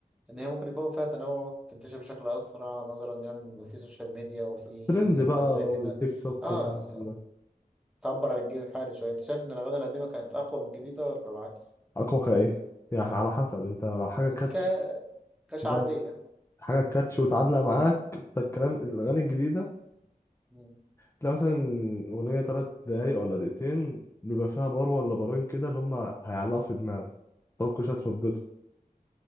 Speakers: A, in the centre; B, on the left.
A: ان هي ممكن يكون فيها تنوع تنتشر بشكل اسرع نظرا يعني ان في سوشيال ميديا وفي
B: ترند بقى
A: حاجات زي كده
B: تيك توك
A: اه
B: وكده
A: تعبر عن الجيل الحالي شوية أنت شايف إن الأغاني القديمة كانت أقوى من الجديدة ولا العكس؟
B: اكوكا ايه يعني على حسب انت لو حاجه كاتش
A: ك... كشعبية
B: ده حاجه كاتش وتعلق معاك انت الكلام الاغاني الجديده
A: مم.
B: تلاقي مثلا اغنيه تلات دقايق ولا دقيقتين بيبقى فيها بار ولا بارين كده اللي هم هيعلقوا في دماغك طب كل شويه تردده